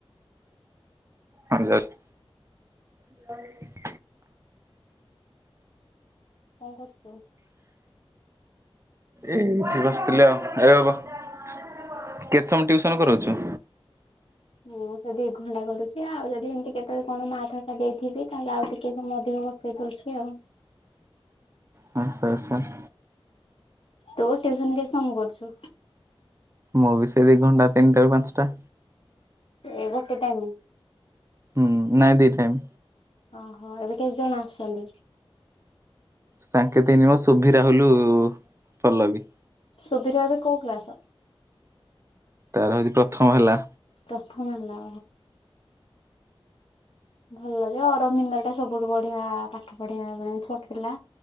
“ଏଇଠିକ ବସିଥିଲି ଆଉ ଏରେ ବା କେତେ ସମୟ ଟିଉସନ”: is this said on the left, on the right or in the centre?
Right